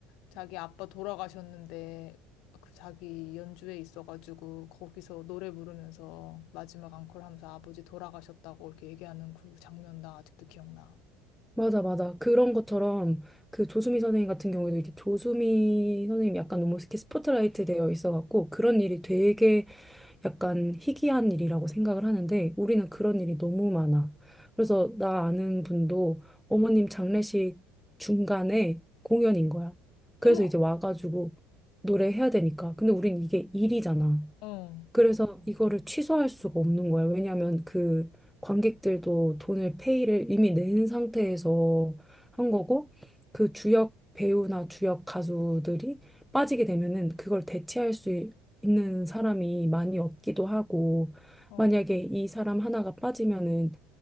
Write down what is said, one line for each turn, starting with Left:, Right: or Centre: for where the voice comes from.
Left: 자기 아빠 돌아가셨는데 그 자기 연주회 있어가지고 거기서 노래 부르면서 마지막 앙콜 하면서 아버지 돌아가셨다고 이렇게 얘기하는 그 장면 나 아직도 기억나.
Centre: 맞아, 맞아. 그런 것처럼 그 조수미 선생님 같은 경우에도 이게 조수미 선생님 약간 너무 이렇게 스포트라이트 되어 있어갖고 그런 일이 되게 약간 희귀한 일이라고 생각을 하는데 우리는 그런 일이 너무 많아. 그래서 나 아는 분도 어머님 장례식 중간에 공연인 거야. 그래서
Left: 어머!
Centre: 이제 와가지고 노래해야 되니까. 근데 우린 이게 일이잖아.
Left: 어,
Centre: 그래서 이거를 취소할 수가 없는 거예요. 왜냐하면 그 관객들도 돈을 페이를 이미 낸 상태에서 한 거고 그 주역 배우나 주역 가수들이 빠지게 되면은 그걸 대체할 수 있- 있는 사람이 많이 없기도 하고
Left: 어,
Centre: 만약에 이 사람 하나가 빠지면은